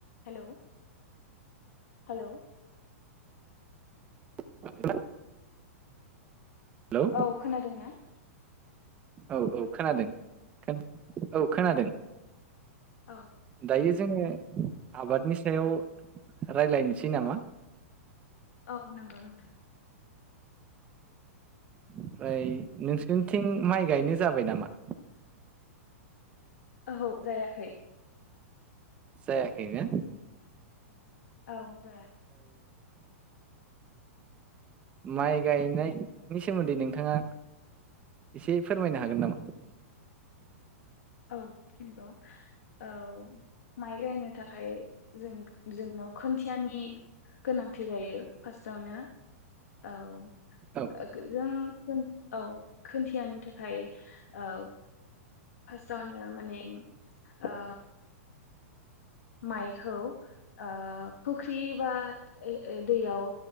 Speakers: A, on the left; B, on the right.
A: हेल' हेल'
B: <inaudible> hello
A: औ खोनादों ना?
B: औ औ खोनादों खो औ खोनादों।
A: औ
B: दायो जोङो आबादनि सायाव रायलायनोसै नामा?
A: औ नोंगौ नोंथां।
B: ओमफ्राय नोंसोरनिथिं माइ गायनो जाबाय नामा?
A: औहौ जायाखै।
B: जायाखै ना
A: औ जाया
B: माइ गायनायनि सोमोन्दै नोंथाङा एसे फोरमायनो हागोन नामा?
A: औ नंगौ औ माइ गायनो थाखाय जों जोङो औ खोन्थियानि गोनांथि जायो फासथ आवनो औ ओ
B: औ
A: जों औ खोन्थियानो थाखाय ओ फासथआवनो माने ओ माइखौ ओ फुख्रि बा ए दैयाव